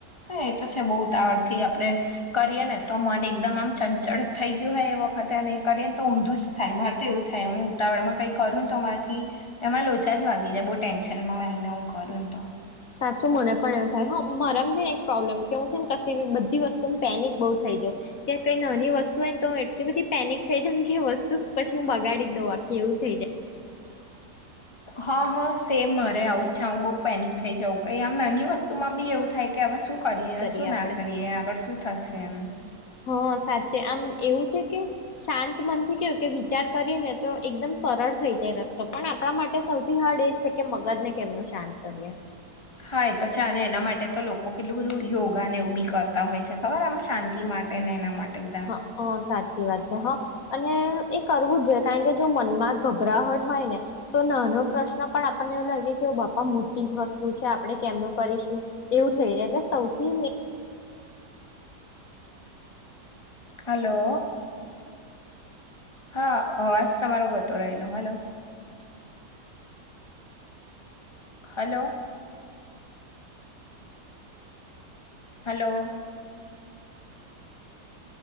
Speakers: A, on the left; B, on the left.
A: હા એ તો છે બહુ ઉતાવળ થી આપણે. કરીએ ને તો મન એકદમ આમ ચંચળ થઈ ગયું હોય એ વખતે એ કરીએ ને તો ઊંધું જ. થાય મારે તો એવું થાય હું ઉતાવળમાં કંઈ કરું ને તો મારાથી. એમાં લોચા જ વાગી જાય બહુ ટેન્શન માં હોયને હું કરું ને તો.
B: સાચું મને પણ એવું થાય હા મારામ છે ને એક પ્રોબ્લેમ કેવું છે ને કશી બી બધી વસ્તુ પેનિક બહુ થઈ જઉં. કે કઈ નાની વસ્તુ હોયન તો હું એટલી બધી પેનિક થઈ જઉન કે વસ્તુ પછી હું બગાડી દઉં આખી એવું થઈ જાય.
A: હા હા સેમ અરે આવું જ છે હું બહઉ પેનિક થઇ જાઉં કઈ આમ નાની વસ્તુમાં બી એવું થાય કે હવે શું કરીએ
B: જાય
A: શું
B: આપડે
A: ના કરીએ આગળ શું થશે એમ?
B: હા સાચે આમ એવું છે કે શાંત મનથી કેવું કે વિચાર કરીએ ને તો એકદમ સરળ થઈ જાય રસ્તો પણ આપણા માટે સૌથી હાર્ડ એ છે કે મગજ ને કેમનું શાંત કરીએ.
A: હા એ તો છે અને એના માટે તો લોકો કેટલું બધું યોગાને એવું બી કરતા હોય છે ખબર આમ શાંતિ માટે. એને એના માટે બધા.
B: હ આ સાચી વાત છે હા. અને એ કરવું જ જોઈએ કારણ કે જો મનમાં ગભરાહટ હોય ને. તો નાનો પ્રશ્ન પણ આપણને એવું લાગે કે બાપા મોટી જ વસ્તુ છે આપણે કેમનું કરીશું? એવું થય જાય એટલે સૌથી મી
A: હલો હા અવાજ તમારો ગતો રહેલો હલો. હલો હલો